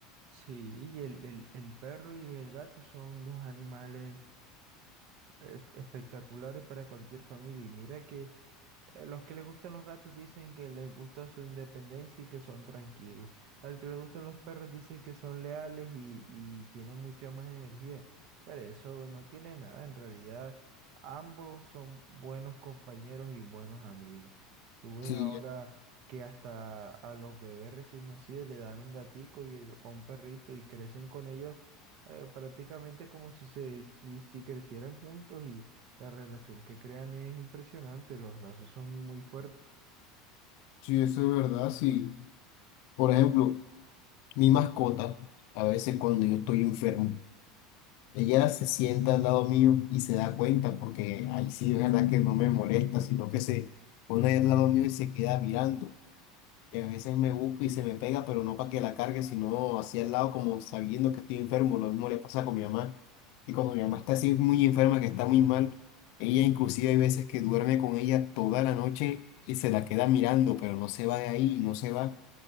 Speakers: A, on the right (about 60°); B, on the left (about 65°).
A: sí, y el, el, el perro y el gato son dos animales es- espectaculares para cualquier familia. Y mira que Eh, Los que les gustan los gatos dicen que les gusta su independencia y que son tranquilos. Al que le gustan los perros dicen que son leales y, y tienen mucha más energía. Pero eso no tiene nada. En realidad, ambos son buenos compañeros y buenos amigos. Tú ves
B: Sí,
A: ahora que hasta a los bebés recién nacidos le dan un gatico y el- o un perrito y crecen con ellos eh, prácticamente como si se si, si crecieran juntos la relación que crean es impresionante, los lazos son muy fuertes.
B: sí, eso es verdad, sí. Por ejemplo, mi mascota, a veces cuando yo estoy enfermo, ella se sienta al lado mío y se da cuenta porque ahí sí es verdad que no me molesta, sino que se pone al lado mío y se queda mirando. Y a veces me busca y se me pega, pero no para que la cargue, sino hacia el lado, como sabiendo que estoy enfermo. Lo mismo le pasa con mi mamá. Y cuando mi mamá está así muy enferma, que está muy mal, ella inclusive hay veces que duerme con ella toda la noche y se la queda mirando, pero no se va de ahí y no se va.